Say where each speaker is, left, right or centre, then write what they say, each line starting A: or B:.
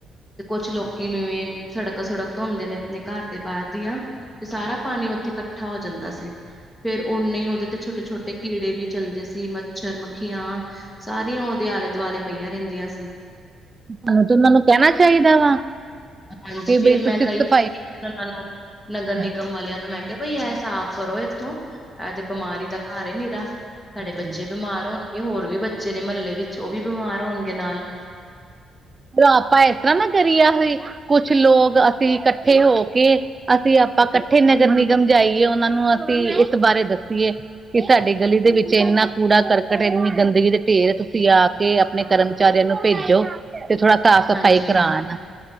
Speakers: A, on the left; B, on the right.
A: ਤੇ ਕੁਛ ਲੋਕੀ ਜਿਵੇਂ ਸੜੱਕ ਸੁੜੱਕ ਧੋਂਦੇ ਨੇ ਅਪਨੇ ਕਾੱਰ ਦੇ ਬਾਰ ਦੀਆਂ ਤੇ ਸਾਰਾ ਪਾਨੀ ਓਥੇ ਕੱਠਾ ਹੋ ਜਾਂਦਾ ਸੀ। ਫੇਰ ਓਨੇ ਹੀ ਓਦੇ ਤੇ ਛੋਟੇ -ਛੋਟੇ ਕੀੜੇ ਵੀ ਚੱਲਦੇ ਸੀ ਮੱਛਰ, ਮੱਖੀਆਂ ਸਾਰੀਆਂ ਓਦੇ ਆਲੇ-ਦੁਆਲੇ ਪਈਆਂ ਰੇਂਦੀਆ ਸੀ।
B: ਅ ਤੇ ਓਨਾਂ ਨੂੰ ਕੈਂਨਾ ਚਾਈਦਾ ਵਾ।
A: ਹਾਂਜੀ
B: ਕਿ
A: ਫੇਰ
B: ਬਈ ਤੁਸੀਂ
A: ਮੈਂ ਗਈ
B: ਸਫਾਈ
A: ਸੀ ਓਨਾਂ ਨੂੰ ਨਗਰ
B: ਹਾਂਜੀ।
A: ਨਿਗਮ ਵਾਲਿਆਂ ਮੈਂ ਕੈਆ ਕੋਈ ਏਹ ਸਾਫ਼ ਕਰੋ ਏਥੋਂ ਐ ਤੇ ਬਮਾਰੀ ਦਾ ਕਾੱਰ ਐ ਨੀਰਾ ਸਾਡੇ
B: ਹਾਂਜੀ
A: ਬੱਚੇ ਬਿਮਾਰ ਹੋਣਗੇ ਹੋਰ ਵੀ ਬੱਚੇ ਨੇ ਮਹੱਲੇ ਵਿੱਚ ਉਹ ਵੀ ਬਿਮਾਰ ਹੋਣਗੇ ਨਾਲ।
B: ਤੇ ਆਪਾਂ ਏਸ ਤਰ੍ਹਾਂ ਨਾ ਕਰੀਏ ਆਹੀ ਕੁਛ ਲੋਕ ਅਸੀਂ ਕੱਠੇ ਹੋ ਕੇ ਅਸੀਂ ਆਪਾਂ ਕੱਠੇ ਨਗਰ ਨਿਗਮ ਜਾਈਏ ਓਨਾਂ ਨੂੰ ਅਸੀਂ ਇਸ ਬਾਰੇ ਦੱਸੀਏ। ਕਿ ਸਾਡੀ ਗਲੀ ਦੇ ਵਿੱਚ ਏਨਾਂ ਕੂੜਾ ਕਰਕਟ ਏਨੀ ਗੰਦਗੀ ਦੇ ਢੇਰ ਤੁਸੀਂ ਆ ਕੇ ਆਪਣੇ
A: ਹਾਂ
B: ਕਰਨ ਵਿਚਾਰਿਆਂ ਨੂੰ ਭੇਜੋ ਤੇ ਥੋੜਾ ਸਾਫ਼ ਸਫ਼ਾਈ
A: ਹਾਂਜੀ
B: ਕਰਾਣ
A: ਹਾਂ